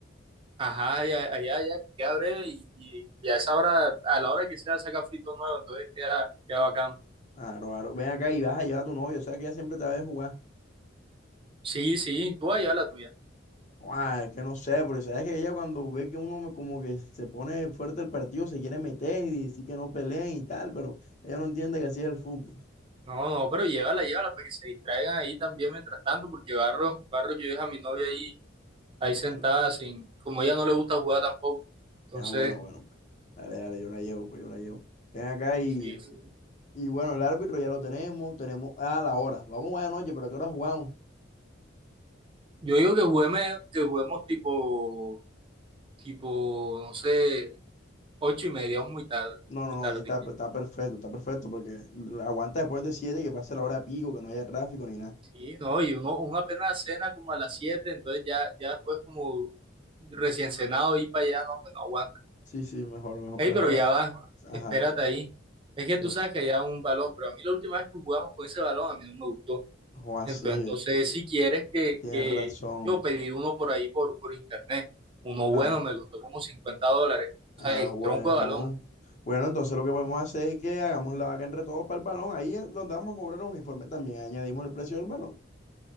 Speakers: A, on the right; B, on the left.
A: Ajá, ya allá, ya que queda breve y, y, y a esa hora, a la hora que sea, saca frito nuevo, entonces queda, queda bacano.
B: Claro, claro. Ven acá y vas a llevar a tu novia, o sea que ella siempre te va a ver jugar.
A: Sí, sí, tú vas a llevar la tuya.
B: Ah, es que no sé, porque sabes que ella cuando ve que uno me- como que se pone fuerte el partido, se quiere meter y decir que no peleen y tal, pero ella no entiende que así es el fútbol.
A: No, no, pero llévala, llévala para que se distraigan ahí también mientras tanto, porque Barro, Barro, yo dejo a mi novia ahí, ahí
B: Bueno,
A: sentada, sin, como ella no le gusta jugar tampoco. Entonces,
B: ah, bueno, bueno, pues. Dale, dale, yo la llevo, pues yo la llevo. Ven acá y,
A: sí, sí.
B: y bueno, el árbitro ya lo tenemos, tenemos, ah, la hora. Vamos buena noche, pero ¿a qué hora jugamos?
A: Yo digo que juguemos, que juguemos tipo, tipo, no sé, ocho y media, o muy tarde,
B: No,
A: muy
B: no, no,
A: tarde.
B: ahí está, está perfecto, está perfecto, porque la- aguanta después de 7 que pase la hora pico, que no haya tráfico ni nada.
A: Sí, no, y uno, uno apenas cena como a las 7 entonces ya, ya después como recién cenado ir para allá, no, hombre, no aguanta.
B: Sí, sí, mejor, mejor,
A: Ey,
B: mejor.
A: pero ya
B: a-
A: va,
B: Ajá,
A: espérate ahí. Es que
B: que
A: tú
B: f-
A: sabes que allá un balón, pero a mí la última vez que jugamos con ese balón a mí no me gustó.
B: o así,
A: Entonces,
B: es,
A: no sé si quieres que,
B: tienes
A: que
B: razón.
A: yo pedí uno por ahí por, por internet. Uno
B: Ah,
A: bueno, me costó como 50 dólares. O
B: ah,
A: sea, es
B: bueno.
A: tronco de balón,
B: Bueno, entonces lo que podemos hacer es que hagamos la vaca entre todos para el balón. Ahí es donde vamos a cobrar los uniformes también. Añadimos el precio del balón.